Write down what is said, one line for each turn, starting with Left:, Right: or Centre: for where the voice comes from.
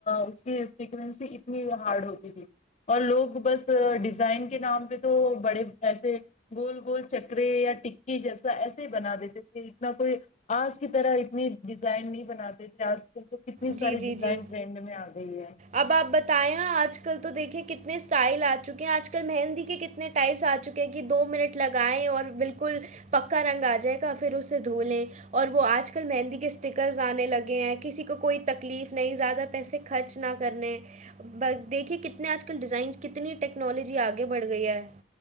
Left: اس کی فیکوینسی اتنی ہارڈ ہوتی تھی اور لوگ بس ڈیزائن کے نام پہ تو بڑے ایسے گول گول چکرے یا ٹکی جیسا ای بنا دیتے تھے اتنا کوئی آج کی طرح اتنی ڈیزائن نہیں بناتے تھے آج کل تو کتنی
Right: جی
Left: ساری
Right: جی
Left: ڈیزائن
Right: جی
Left: ٹرینڈ میں آ گئی ہے
Right: اب آپ بتائ نا آج کل تو دیکھیں کتنے اسٹائل آ چکے ہیں آج کل مہندی کے کتنے ٹائلس آ چکے ہیں کہ دو منٹ لگائائے اور بالکل پکا رنگ آ جائے گا پھر اسے دھو لیں اور وہ آج کل مہندی کے اسٹکرز آنے لگے ہیں کسی کو کوئی تکلیف نہیں زیادہ پیسے خرچ نہ کرنے ب دیکھیے کتنے آج کل ڈیزائنس کتنی ٹیکنالوجی آگے بڑھ گئی ہے